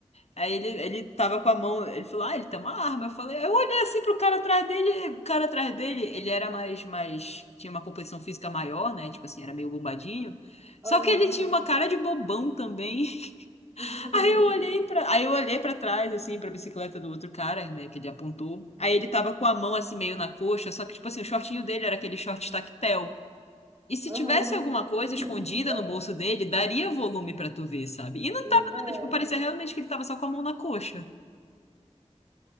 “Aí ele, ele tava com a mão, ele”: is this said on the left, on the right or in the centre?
Left